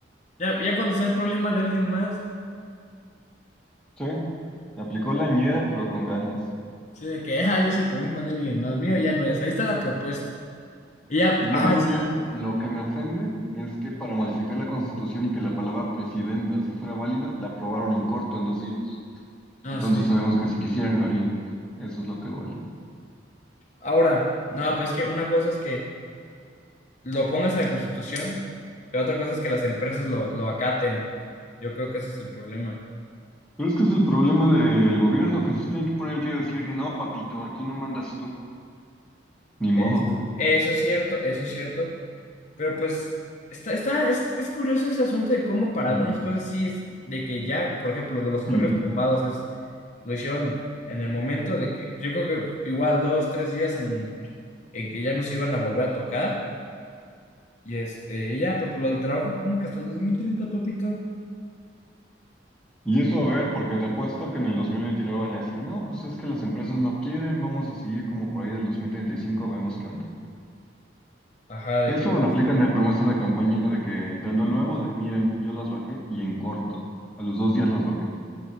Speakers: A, on the left; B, in the centre.
A: ya, ya cuando sea el problema de alguien más,
B: Sí, me aplicó la ñera, pero con ganas.
A: sí, de que, ah, ya es el problema de alguien más, mío ya no es, ahí está la propuesta. Y ya,
B: Y no
A: ah,
B: me duele
A: sí,
B: eso. Lo que me ofende es que para modificar la Constitución y que la palabra presidenta, así fuera válida, la aprobaron en corto, en dos días.
A: ah,
B: Entonces
A: sí.
B: sabemos que si quisieran lo harían. Eso es lo que duele.
A: Ahora, no, pues es que una cosa es que lo pongas en la Constitución, pero otra cosa es que las empresas lo, lo acaten. Yo creo que ese es el problema.
B: Pero es que es el problema del gobierno, que se tiene que poner el tío a decir, no, papito, aquí no mandas tú. Ni
A: Es-
B: modo.
A: eso es cierto, eso es cierto, Pero pues está, está, es, es curioso ese asunto de cómo para algunas
B: Mm,
A: cosas sí es de que ya, por ejemplo, de los correos
B: mm.
A: tumbados es, lo hicieron en el momento de que, yo creo que igual dos, tres días en, en que ya no se iban a volver a tocar, y este, y ya, pero por el trabajo como que hasta el dos mil treinta papito.
B: Y eso a ver, porque te apuesto que en el 2029 van a decir, no, pues es que las empresas no quieren, vamos a seguir como por ahí del 2035, vemos qué onda.
A: Ajá, de
B: Eso
A: que va,
B: me lo aplican de promesa de campaña de que entrando nuevo, de miren, yo las bajé y en corto. A los dos días las bajé.